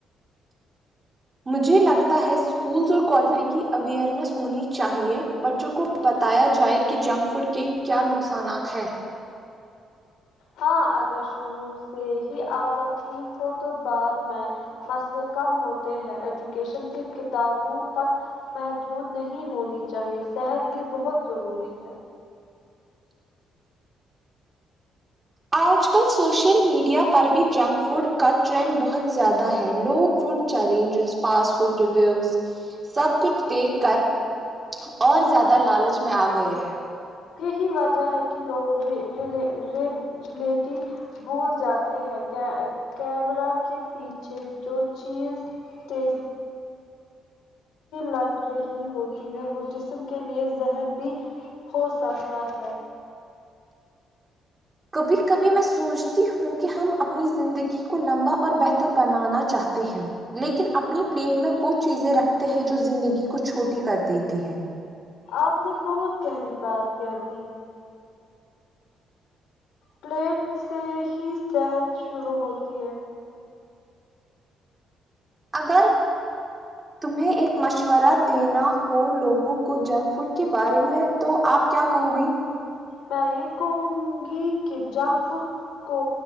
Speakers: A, on the right; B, on the left.
A: مجھے لگتا ہے اسکولس اور کالج میں کی اوئرنیس ہونی چاہیے بچوں کو کو بتایا جائے کہ جنک فوڈ کے کیا نقصانات ہیں
B: ہاں اگر شروع سے ہی عدت ٹھیک ہو تو بعد میں مسئلے کم ہوتے ہیں ایجوکیشن صرف کتابوں تک محدود نہیں ہونی چاہیے صحت بھی بہت ضروری ہے
A: آج کل سوشل میڈیا پر بھی جنک فوڈ کا ٹرینڈ بہت زیادہ ہے لوگ food challenges fast food reviews سب کچھ دیکھ کر اور زیادہ لالچ میں آ گئے ہیں
B: یہی وجہ ہے کہ لوگ واپ ریلا لیتی بھول جاتے ہیں کیمرا کے پیچھے جو چیز تی لگ رہی ہوتی ہے وہ جسم کے لیے زہر بھی ہو سکتا ہے
A: کبھی کبھی میں سوچتی ہوں کہ ہم اپنی زندگی کو لمبا اور بہتر بنانا چاہتے ہیں لیکن اپنی پلیٹ میں وہ چیزیں رکھتے ہیں جو زندگی کو چھوٹی کر دیتی ہے
B: آپ نے بہت گہری بات کہہ دی پلیٹ سے ہی صحت شروع ہوتی ہے
A: اگر تمہیں ایک مشورہ دینا ہو لوگوں کو جنک فوڈ کے بارے میں تو آپ کیا کہو گی
B: میں یہ کہوں گی کہ جنگ فوڈ کو